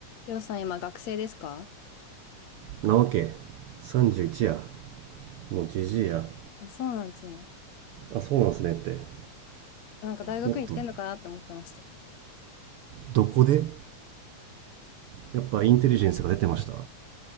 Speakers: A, on the left; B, on the right.
A: りょうさん今学生ですか
B: なわけ31やもうじじいや
A: あ、そうなんですね。
B: あそうなんすねって
A: なんか大学行ってんのかなって思ってました。
B: もっとどこでやっぱインテリジェンスが出てました